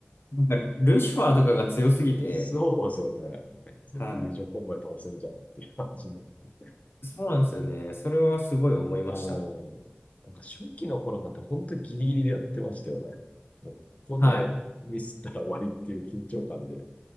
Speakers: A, on the left (about 65°); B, on the left (about 35°).
A: なんか、ルシファーとかが強すぎて、
B: そうですよね。なんか全部友情コンボで倒せんじゃんっていう感じになって。
A: はい。そうなんですよね。それはすごい思いました。
B: おー、なんか初期の頃なんて本当ギリギリでやってましたよね。もうここでミスったら終わりっていう緊張感で、
A: はい。